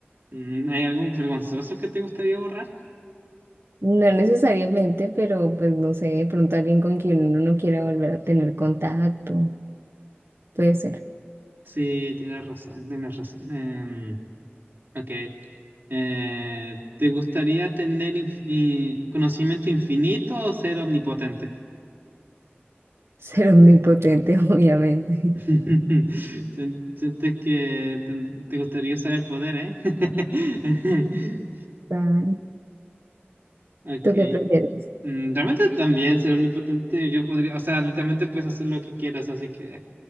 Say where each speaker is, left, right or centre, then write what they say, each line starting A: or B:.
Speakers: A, on the right; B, on the right.
A: Mm, ¿Hay algún vergonzoso que te gustaría borrar?
B: No necesariamente, pero pues no sé, de pronto alguien con quien uno no quiera volver a tener contacto. Puede ser.
A: Sí, tienes razón, tienes razón. Em, ok. Eh, ¿te gustaría tener inf- i- conocimiento infinito o ser omnipotente?
B: Ser omnipotente, <laughs> obviamente.
A: <laughs> Sien- Sientes que te, te gustaría usar el poder, ¿eh? <laughs>
B: Total.
A: Ok.
B: ¿Tú qué prefieres?
A: Mm, Realmente también ser omnipotente, yo podría, o sea, literalmente puedes hacer lo que quieras, así que